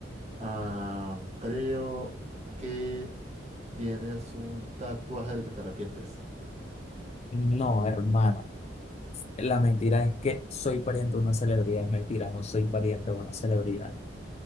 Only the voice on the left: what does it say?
No, hermano. La mentira es que soy pariente de una celebridad. Es mentira, no soy pariente de una celebridad.